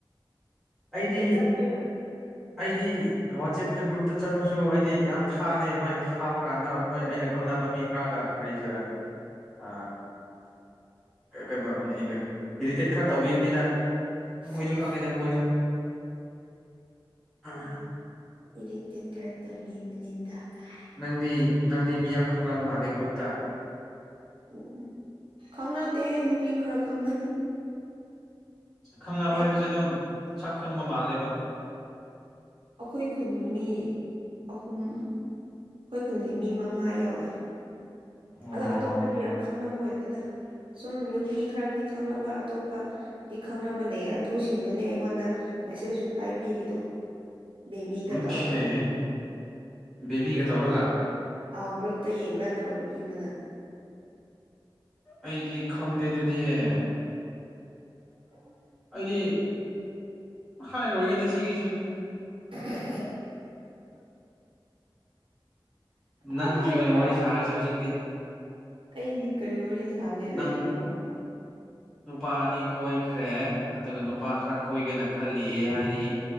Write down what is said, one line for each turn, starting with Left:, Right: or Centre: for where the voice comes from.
Centre: ꯑꯩꯗꯤ
Right: ꯆꯞꯄꯦꯕ
Centre: ꯑꯩꯗꯤ ꯋꯥꯆꯦꯞꯇ ꯒ꯭ꯔꯨꯞꯇ ꯆꯪꯉꯨꯆꯣ ꯑꯩꯗꯤ ꯌꯥꯝ ꯊꯥꯗꯦ ꯍꯣꯏ ꯊꯥꯕ ꯀꯥꯟꯗ ꯑꯈꯣꯏ ꯑꯩꯅ ꯈꯪꯅꯕ ꯃꯤ ꯁꯥꯒ ꯔꯩꯖꯤꯔꯥ ꯑ ꯀꯩꯕꯥꯎ ꯏꯔꯤꯇꯦꯠ ꯈꯔ ꯇꯧꯕꯤꯕꯅꯤꯗ
Right: ꯁꯦꯁ
Centre: ꯃꯣꯏꯁꯨ ꯈꯪꯉꯦꯗ ꯃꯣꯏꯁꯨ ꯑꯥ
Right: ꯏꯔꯤꯇꯦꯠ ꯈꯔ ꯇꯧꯕꯤꯕꯅꯦ ꯗ ꯀꯥꯏ
Centre: ꯅꯪꯗꯤ ꯅꯪꯗꯤ ꯃꯤꯌꯥꯝ ꯈꯪꯅꯕ ꯃꯥꯜꯂꯦ ꯒ꯭ꯔꯨꯞꯇ
Right: ꯎꯑꯨꯝ ꯈꯪꯅꯗꯦ ꯅꯨꯄꯤ ꯈꯔ ꯈꯪꯅꯩ
Centre: ꯈꯪꯅꯕ
Right: ꯑꯩ
Centre: ꯍꯥꯏꯕꯖꯦ ꯑꯗꯨꯝ ꯁꯛ ꯈꯪꯕ ꯃꯥꯜꯂꯦꯕ
Right: ꯑꯈꯣꯏ ꯈꯨꯟꯒꯤ ꯃꯤ ꯑꯍꯨꯝ ꯑꯈꯣꯏ ꯈꯨꯟꯒꯤ ꯃꯤ ꯃꯉꯥ ꯌꯥꯎꯋꯦ
Centre: ꯑꯣ
Right: ꯑꯗꯣ ꯑꯇꯣꯞꯄꯗꯤ ꯌꯥꯝ ꯈꯪꯅꯕ ꯑꯣꯏꯗꯦꯗ ꯁꯨꯝ ꯅꯨꯄꯤ ꯈꯔꯛꯇꯤ ꯈꯪꯅꯕ ꯑꯇꯣꯞꯄ ꯗꯤ ꯈꯪꯅꯕ ꯂꯩꯌꯦ ꯑꯗꯨꯁꯤꯡꯗꯨꯅꯦ ꯑꯩꯉꯣꯟꯗ ꯃꯦꯁꯦꯁ ꯔꯤꯄ꯭ꯂꯥꯏ ꯄꯤꯔꯤꯗꯣ ꯕꯦꯕꯤꯒ
Centre: ꯃꯨꯈꯦ
Right: ꯇꯧꯔꯒ
Centre: ꯕꯦꯕꯤꯒ ꯇꯧꯔꯒ
Right: ꯑꯧ ꯒ꯭ꯔꯨꯞꯇ ꯌꯦꯡꯕ ꯌꯥꯗ꯭ꯔꯣ ꯅꯨꯄꯤ ꯑꯃꯅ
Centre: ꯑꯩꯗꯤ ꯈꯪꯗꯦ ꯑꯗꯨꯗꯤꯍꯦ
Right: <unintelligible>
Centre: ꯑꯩꯗꯤ ꯍꯥꯏꯔꯣꯏꯒꯦꯗ ꯁꯤꯒꯤꯖꯦ
Right: <unintelligible>
Centre: ꯅꯪꯒꯤ
Right: ꯑ ꯍꯥꯏꯌꯨꯗ
Centre: ꯑꯣꯏꯅ ꯋꯥꯔꯤ ꯁꯥꯔꯁꯦ ꯍꯧꯖꯤꯛꯇꯤ
Right: ꯑꯩꯒꯤ ꯀꯔꯤ ꯋꯥꯔꯤ ꯁꯥꯅꯤꯉꯥꯏ
Centre: ꯅꯪ
Right: ꯂꯩꯔꯤꯕ꯭ꯔꯣ
Centre: ꯅꯨꯄꯥ ꯑꯅꯤ ꯀꯣꯏꯈ꯭ꯔꯦ ꯑꯗꯨꯒ ꯅꯨꯄꯥ ꯈꯔ ꯀꯣꯏꯒꯦꯅ ꯈꯜꯂꯤꯌꯦ ꯍꯥꯏꯔꯤꯌꯦ